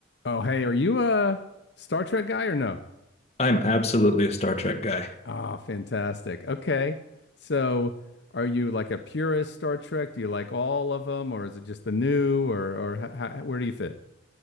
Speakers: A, on the left (about 65°); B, on the left (about 35°).
A: Oh, hey, are you a Star Trek guy or no?
B: I'm absolutely a Star Trek guy.
A: Ah, fantastic. Okay. So, are you like a purist Star Trek? Do you like all of them or is it just the new or or how, where do you fit?